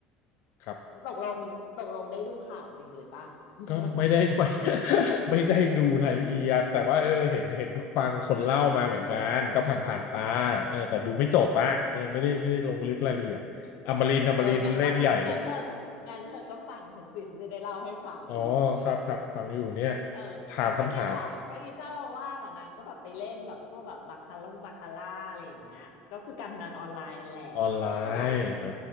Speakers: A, on the left (about 60°); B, on the left (about 75°).
A: ครับ
B: ตกลงตกลงได้ดูข่าวจริงหรือปะ <laughs>
A: ก็ไม่ได้ <laughs> ไม่ <laughs> ไม่ได้ดูรายละเอียดแต่ว่าเออเห็นเห็นฟังคนเล่ามาเหมือนกันก็ผ่านผ่านตาเออแต่ดูไม่จบอะเออไม่ได้ไม่ได้ลงลึกรายละเอียดอมรินทร์อมรินทร์เล่นใหญ่เลย
B: เอองั้นก็งั้นเธองั้นเธอก็ฟังฉันสิฉันจะได้เล่าให้ฟัง
A: อ๋อครับครับฟังอยู่เนี่ย
B: <laughs> เออ
A: ถามคำถาม
B: ก็เนี่ยแหละก็อีเจ้าอาว่าแต่ะนางก็แบบไปเล่นแบบพวกแบบบาคาร่งบาคาร่าอะไรอย่างเงี้ยก็คือการพนันออนไลน์นั่นแหละ
A: ออนไลน์เออ
B: ก็แบบ